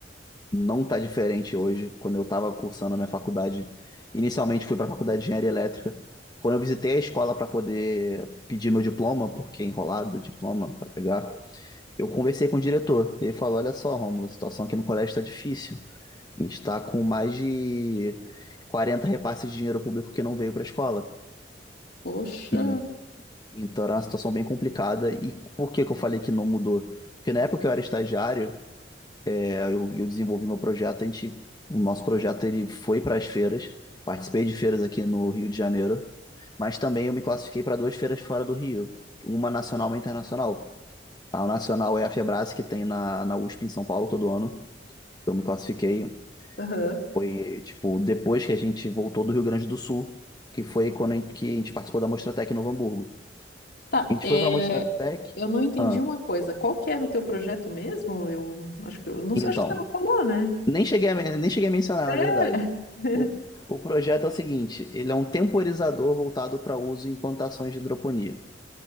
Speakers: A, on the left; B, on the left.
A: não está diferente hoje, quando eu estava cursando a minha faculdade. Inicialmente fui para a faculdade de engenharia elétrica. Quando eu visitei a escola para poder pedir meu diploma, porque é enrolado o diploma para pegar, eu conversei com o diretor. Ele falou: Olha só, Romulo, a situação aqui no colégio está difícil. A gente está com mais de 40 repasses de dinheiro público que não veio para a escola.
B: Poxa.
A: E Então era uma situação bem complicada. E por que que eu falei que não mudou? Porque na época que eu era estagiário, é, eu, eu desenvolvi meu projeto, a gente, o nosso projeto ele foi para as feiras, participei de feiras aqui no Rio de Janeiro, mas também eu me classifiquei para duas feiras fora do Rio, uma nacional e uma internacional. A nacional é a Febrace, que tem na, na USP em São Paulo todo ano. Eu me classifiquei,
B: Aham.
A: e, tipo, depois que a gente voltou do Rio Grande do Sul, que foi quando a gente, que a gente participou da Mostratec em Novo Hamburgo.
B: Tá,
A: A gente
B: é,
A: foi para a Mostratec,
B: eu não entendi
A: ah,
B: uma coisa. Qual que era o teu projeto mesmo? Eu acho que eu não sei,
A: Então,
B: acho que você não falou, né?
A: nem cheguei a, men- nem cheguei a mencionar,
B: É.
A: na verdade.
B: <laughs>
A: O, o projeto é o seguinte, ele é um temporizador voltado para uso em plantações de hidroponia.